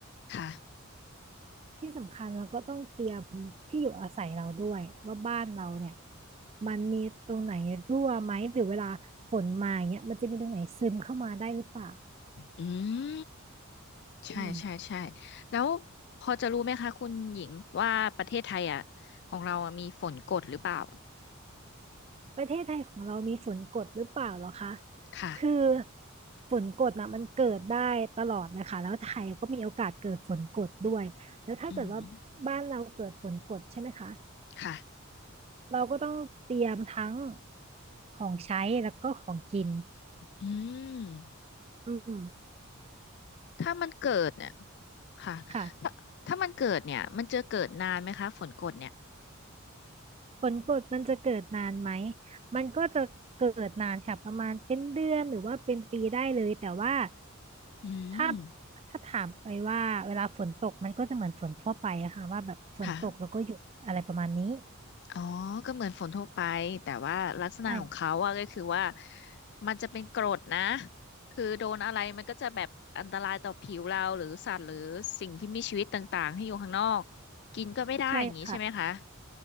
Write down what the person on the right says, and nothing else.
ที่สำคัญเราก็ต้องเตรียมที่อยู่อาศัยเราด้วยว่าบ้านเราเนี่ยมันมีตรงไหนรั่วไหมหรือเวลาฝนมาเนี่ยมันจะมีตรงไหนซึมเข้ามาได้หรือเปล่า
อืม
ประเทศไทยของเรามีฝนกดหรือเปล่าเหรอคะ
คือฝนกดนะมันเกิดได้ตลอดนะคะแล้วไทยก็มีโอกาสเกิดฝนกดด้วย แล้วถ้าเกิดว่าบ้านเราเกิดฝนกดใช่ไหมคะ
เราก็ต้องเตรียมทั้งของใช้แล้วก็ของกิน
อืม
ค่ะ ผลกดมันจะเกิดนานไหมมันก็จะเกิดนานค่ะประมาณเป็นเดือนหรือว่าเป็นปีได้เลยแต่ว่า
ถ้าถ้าถามไปว่าเวลาฝนตกมันก็จะเหมือนฝนทั่วไปอะค่ะว่าแบบฝนตกแล้วก็หยุดอะไรประมาณนี้
ใช่
ใช่ค่ะ